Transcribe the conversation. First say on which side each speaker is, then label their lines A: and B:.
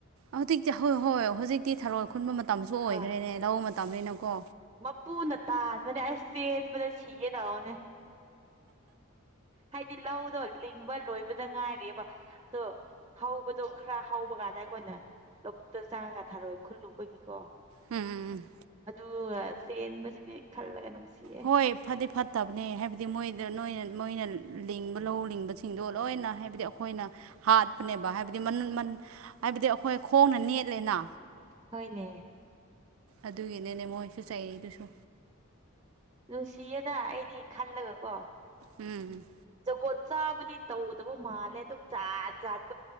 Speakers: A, on the right; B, on the right.
A: ꯍꯧꯖꯤꯛꯇꯤ ꯍꯣꯏ ꯍꯣꯏ ꯍꯧꯖꯤꯛꯇꯤ ꯊꯔꯣ ꯈꯨꯟꯕ ꯃꯇꯝꯁꯨ ꯑꯣꯏꯈ꯭ꯔꯦꯅꯦ
B: ꯍꯣꯏ
A: ꯂꯧꯕ ꯃꯇꯝꯅꯤꯅꯀꯣ
B: ꯃꯄꯨꯅ ꯇꯥꯟꯕꯅꯦ ꯑꯩꯁ ꯆꯦꯟꯕꯗ ꯁꯤꯒꯦ ꯇꯑꯣꯅꯦ ꯍꯥꯏꯗꯤ ꯂꯧꯗꯣ ꯂꯤꯡꯕ ꯂꯣꯏꯕꯗ ꯉꯥꯏꯔꯦꯕ ꯑꯣ ꯍꯧꯕꯗꯣ ꯈꯔ ꯍꯧꯕ ꯀꯥꯟꯗ ꯑꯩꯈꯣꯏꯅ ꯂꯧꯕꯨꯛꯇ ꯆꯪꯉꯒ ꯊꯥꯔꯣꯏꯏ ꯈꯨꯠ ꯂꯨꯕꯒꯤꯀꯣ
A: ꯎꯝ
B: ꯎ ꯆꯦꯟꯕꯁꯤꯗꯤ ꯈꯜꯂꯒ ꯅꯨꯡꯁꯤꯌꯦ
A: ꯍꯣꯏ ꯐꯗꯤ ꯐꯠꯇꯕꯅꯦ ꯍꯥꯏꯕꯗꯤ ꯃꯣꯏꯗ ꯅꯣꯏ ꯃꯣꯏꯅ ꯂꯤꯡꯕ ꯂꯧ ꯂꯤꯡꯕꯁꯤꯡꯗꯣ ꯂꯣꯏꯅ ꯍꯥꯏꯕꯗꯤ ꯑꯩꯈꯣꯏꯅ ꯍꯥꯠꯄꯅꯦꯕ ꯍꯥꯏꯕꯗꯤ ꯍꯥꯏꯕꯗꯤ ꯑꯩꯈꯣꯏ ꯈꯣꯡꯅ ꯅꯦꯠꯂꯦꯅ
B: ꯍꯅꯦ
A: ꯑꯗꯨꯒꯤꯅꯤꯅꯦ ꯃꯣꯏꯁꯨ ꯆꯩꯔꯤꯗꯨꯁꯨ
B: ꯅꯨꯡꯁꯤꯌꯦꯗ ꯑꯩꯗꯤ ꯈꯜꯂꯒꯀꯣ
A: ꯎꯝ
B: ꯖꯒꯣꯠ ꯆꯥꯕꯗꯤ ꯇꯧꯗꯕ ꯃꯥꯜꯂꯦ ꯑꯗꯨꯝ ꯖꯥꯠ ꯖꯥꯠ